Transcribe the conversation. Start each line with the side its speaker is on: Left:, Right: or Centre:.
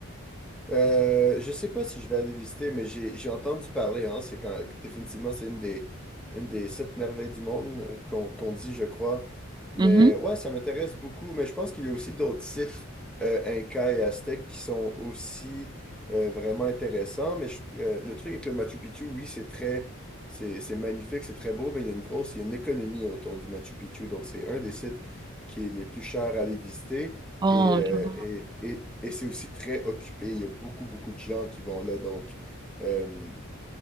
Centre: Euh, je sais pas si je vais aller visiter, mais j'ai j'ai entendu parler, hein. C'est quand définitivement c'est une des une des sept merveilles du monde euh, qu'on qu'on dit, je crois. Mais
Right: Mhm.
Centre: ouais, ça m'intéresse beaucoup. Mais je pense qu'il y a aussi d'autres sites euh, Inca et Aztèques qui sont aussi euh, vraiment intéressants. Mais je- euh, le truc avec le Machu Picchu, oui, c'est très c'est c'est magnifique, c'est très beau, mais il y a une grosse, il y a une économie autour du Machu Picchu. Donc c'est un des sites qui est les plus chers à aller visiter.
Right: Oh,
Centre: Et, euh,
Right: je- vois.
Centre: et, et, et c'est aussi très occupé. Il y a beaucoup, beaucoup de gens qui vont là. Donc, euh,